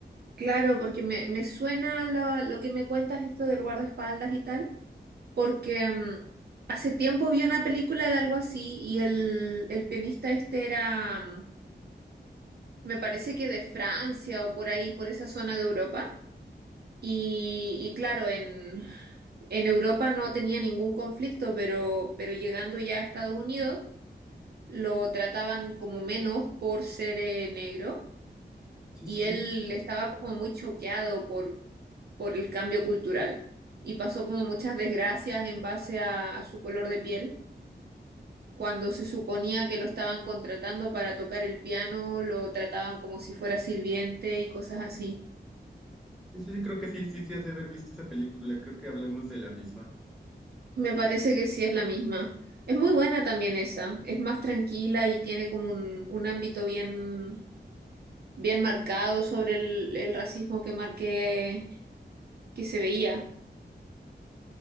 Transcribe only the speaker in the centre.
Sí,
sí,
sí.
Sí, sí, sí, creo que sí, sí, sí has de haber visto esa película, creo que hablamos de la misma.